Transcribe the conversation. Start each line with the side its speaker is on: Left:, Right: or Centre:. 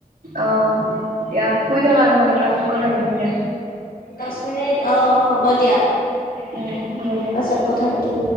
Right: অ, দিয়া শুই থকা নহ'লে পাছত কথা পাতিম দিয়া।
Left: দচ মিনিট। অ হ'ব দিয়া।
Right: উম হ'ব দিয়া।
Left: পাছত কথা পাতুং।